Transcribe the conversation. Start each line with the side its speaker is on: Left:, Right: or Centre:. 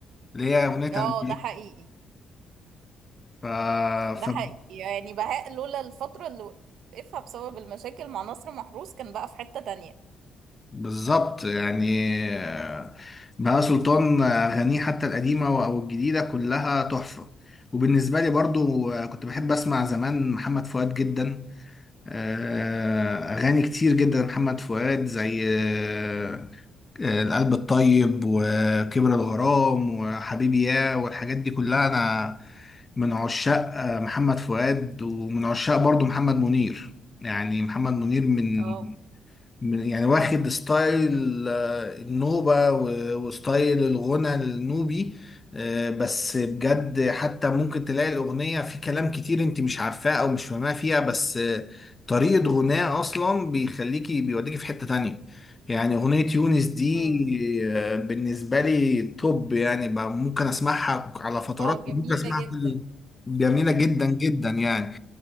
Left: اللي هي اغنيه
Right: اه
Left: انا
Right: ده حقيقي
Left: ف...
Right: ده
Left: ف...
Right: حقيقي يعني بهاء لولا الفترة اللي وقفها بسبب المشاكل مع نصر محروس كان بقى في حتة تانية
Left: بالظبط يعني آه، بهاء سلطان آه، أغانيه حتى القديمة و- أو الجديدة كلها تحفة وبالنسبة لي برضو آه، كنت بحب أسمع زمان محمد فؤاد جدا آه، أغاني كتير جدا محمد فؤاد زي آه، آه، القلب الطيب وكبر الغرام وحبيبي يا والحاجات دي كلها أنا من عشاق آه، محمد فؤاد ومن عشاق برضو محمد منير يعني محمد منير من
Right: اه
Left: يعني واخد ستايل آه، النوبة و- وستايل الغنى النوبي آه، بس بجد حتى ممكن تلاقي الأغنية في كلام كتير انت مش عارفاه أو مش فاهماه فيها بس آه، طريقة غناه أصلا بيخليكي بيوديكي في حتة تانية يعني أغنية يونس دي
Right: مم.
Left: آه، بالنسبة لي توب يعني بقى ممكن أسمعها على فترات
Right: اه جميلة
Left: ممكن أسمعها
Right: جدا
Left: كل- جميلة جدا جدا يعني